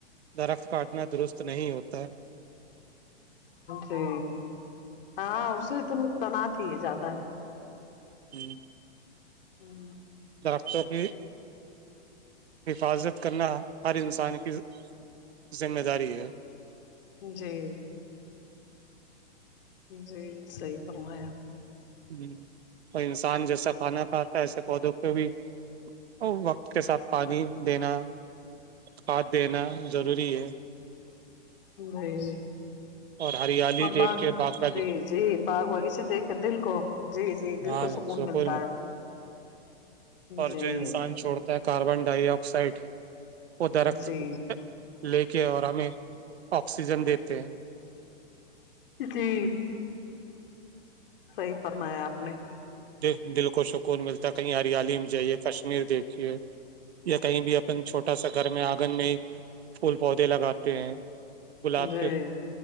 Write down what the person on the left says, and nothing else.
جی ہاں اسی ت تنات ہی ہے زیادہ ہے
ہوں <unintelligible> <inaudible>
جی جی صحی فرمایا
جیی
اور
باغ
جی جی باغ وایے دیکھ کے دل کو جی جی دل
کو سکون ملتا
ہے
جی
جی
جی صحیح فرمایا آپ نے
جی